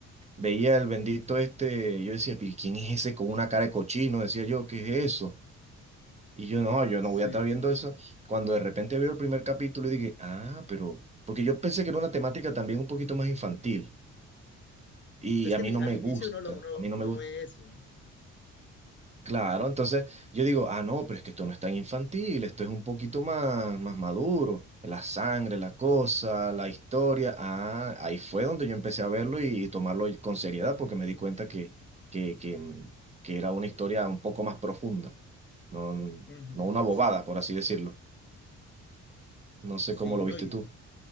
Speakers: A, on the right; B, on the left.
A: Veía el bendito este, yo decía, pero ¿quién es ese con una cara de cochino? Decía yo, ¿qué es eso? Y yo no, yo
B: Sí.
A: no voy a estar viendo eso. Cuando de repente veo el primer capítulo y dije, ah, pero, porque yo pensé que era una temática también un poquito más infantil y
B: Es
A: a
B: que
A: mí
B: li-
A: no me
B: al inicio
A: gusta,
B: uno, lo- uno,
A: a mí no me
B: uno
A: gusta
B: ve eso.
A: Claro, entonces yo digo, ah, no, pero es que esto no es tan infantil, esto es un poquito más, más maduro, la sangre, la cosa, la historia, ah, ahí fue donde yo empecé a verlo y, tomarlo con seriedad porque me di cuenta que, que, que, mm, que era una historia un poco más profunda, no,
B: Ujú,
A: no una bobada,
B: sí,
A: por así decirlo. No
B: sí,
A: sé cómo lo
B: no,
A: viste
B: y,
A: tú.